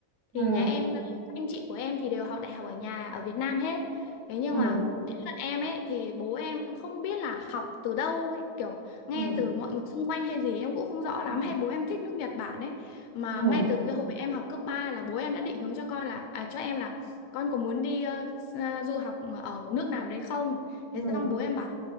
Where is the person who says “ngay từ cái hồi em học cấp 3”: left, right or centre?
Left